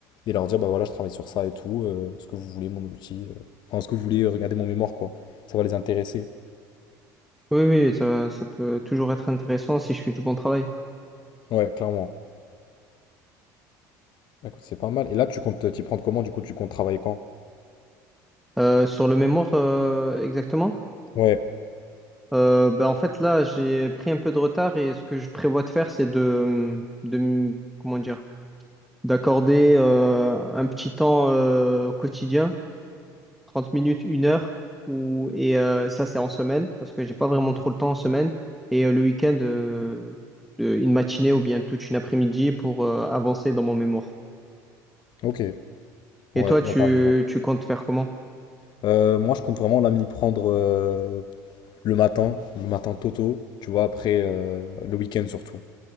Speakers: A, on the left (about 55°); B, in the centre.
A: et leur dire bah voilà je travaille sur ça et tout, euh, est-ce que vous voulez mon outil, euh, enfin est-ce que vous voulez euh, regarder mon mémoire quoi. Ça va les intéresser.
B: Oui, oui, ça, ça peut toujours être intéressant si je fais du bon travail.
A: Ouais, clairement. Bah, Écoute, c'est pas mal. Et là tu comptes t'y prendre comment du coup tu comptes travailler quand?
B: Euh, sur le mémoire, euh, exactement?
A: Ouais,
B: Euh, ben, en fait, là, j'ai pris un peu de retard et ce que je prévois de faire, c'est de, de, m- comment dire, d'accorder euh, un petit temps euh, quotidien, 30 minutes, une heure, ou, et euh, ça, c'est en semaine, parce que j'ai pas vraiment trop le temps en semaine, et euh, le week-end, euh, euh, une matinée ou bien toute une après-midi pour euh, avancer dans mon mémoire.
A: ok.
B: Et
A: Ouais,
B: toi, tu,
A: bah t'as raison.
B: tu comptes faire comment?
A: Euh, moi je compte vraiment là m'y prendre euh, le matin, le matin tôt tôt, tu vois, après euh, le week-end surtout.